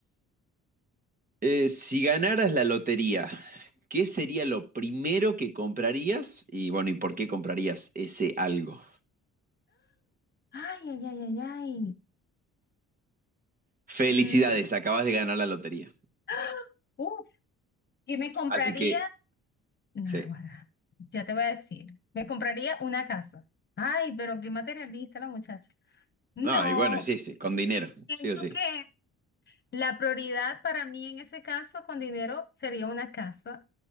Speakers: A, on the right (about 30°); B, on the left (about 35°).
A: eh, si ganaras la lotería, ¿qué sería lo primero que comprarías? Y bueno, ¿y por qué comprarías ese algo?
B: Ay, ay, ay, ay, ay.
A: Felicidades,
B: Mm,
A: acabas de ganar la lotería.
B: ¡ah! uf, ¿qué me compraría?
A: Así que,
B: Nah,
A: sí.
B: guarda, ya te voy a decir. Me compraría una casa. Ay, pero qué materialista la muchacha. No,
A: Ah, y bueno, sí, sí, con dinero,
B: Siento
A: sí o sí.
B: que la prioridad para mí en ese caso con dinero sería una casa,